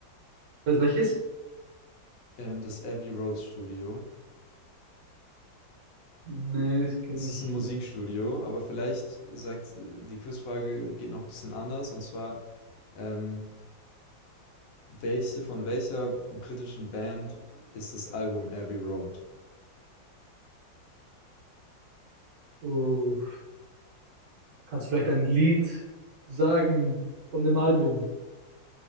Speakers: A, on the right (about 70°); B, on the left (about 70°).
A: <laughs> Was, welches?
B: Ähm, das Abbey Road Studio.
A: Nee, das kenne
B: Es ist
A: ich
B: ein Musikstudio,
A: nicht.
B: aber vielleicht sagt äh, die Quizfrage geht noch ein bisschen anders. Und zwar, Ähm, welche, von welcher britischen Band ist das Album Abbey Road?
A: Oh, kannst du vielleicht ein Lied sagen von dem Album?